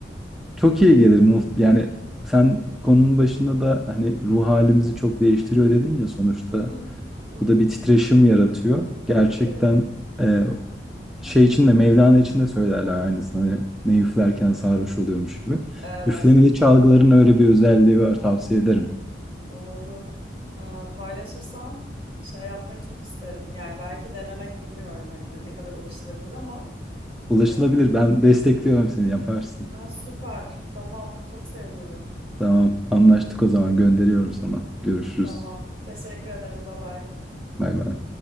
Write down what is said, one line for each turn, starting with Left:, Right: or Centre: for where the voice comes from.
Centre: çok iyi gelir. Muht- Yani sen konunun başında da hani ruh halimizi çok değiştiriyor dedin ya sonuçta
Right: Hı hı, hı hı.
Centre: Bu da bir titreşim yaratıyor. Gerçekten
Right: Tabii.
Centre: e, şey için de Mevlana için de söylerler aynısını. Hani ne üflerken sarhoş oluyormuş gibi.
Right: Evet,
Centre: Üflemeli çalgıların öyle bir özelliği var tavsiye ederim.
Right: doğru. E, paylaşırsan şey yapmayı çok isterim. Yani belki denemek bilmiyorum hani ne, ne kadar ulaşılabilir ama.
Centre: Ulaşılabilir.
Right: E,
Centre: Ben destekliyorum seni yaparsın.
Right: ha, süper. Tamam. Çok sevinirim.
Centre: Tamam anlaştık o zaman gönderiyorum sana. Görüşürüz.
Right: Tamam. Teşekkür ederim. Bye bye.
Centre: Bay bay.